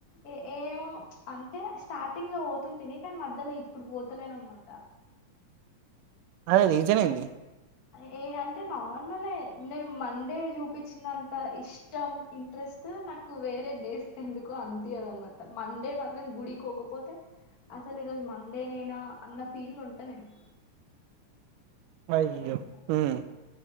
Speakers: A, on the left; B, on the right.
A: ఏ ఏమో అంటే స్టార్టింగ్ లో పోతుంటినీ కానీ మధ్యలో ఇప్పుడు పోతలేను అనమాట
B: అదే రీజన్
A: ఇవెన్
B: ఏంది
A: ఏ అంటే నార్మలే నేను మండే చూపించినంత ఇష్టం ఇంట్రెస్ట్ నాకు వేరే డేస్ లో ఎందుకో అనిపియదు అనమాట మండే మాత్రం గుడికి పోకపోతే అసలు ఈరోజు మండే నేనా అన్న ఫీల్ లో ఉంటా నేను
B: అయ్యో
A: అట్లా
B: హ్మ్,